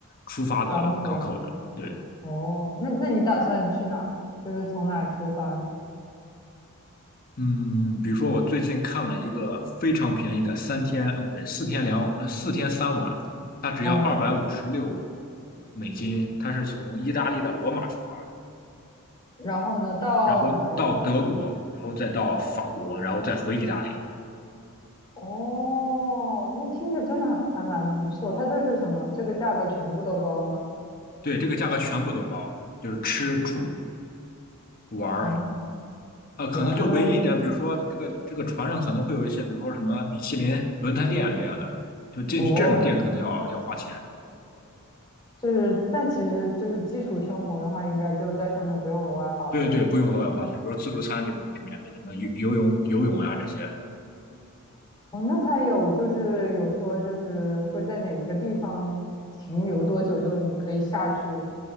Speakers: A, on the left (about 40°); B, on the left (about 20°).
A: 出发的港口的，
B: 港口吗？
A: 对。
B: 哦，那那你打算去哪儿？就是从哪儿出发呢？
A: 嗯，比如说我最近看了一个非常便宜的三天，不对，四天两，呃，四天三晚，它只要二百五十六
B: 哦，
A: 美金，它是从意大利的罗马出发，
B: 然后呢，到哪里？
A: 然后到德国，然后再到法国，然后再回意大利。
B: 哦，那听着真的还还蛮不错。它这是什么？这个价格全部都包吗？
A: 对，这个价格全部都包，就是吃住玩儿，
B: 哦，
A: 呃，可能就唯一一点，
B: 原来如
A: 比如说这个这个船上可能会有一些，比如说什么米其林轮胎店这样的，就进去这种店可能要要花钱。
B: 哦，就是，但其实就是基础生活的话，应该就在上面不用额外花费了，
A: 对对，不用额外花钱，
B: 是吧？
A: 比如说自助餐这种都是免费的，什么游游泳、游泳啊这些，
B: 哦，那他有就是有说就是会在哪个地方停留多久，就你可以下去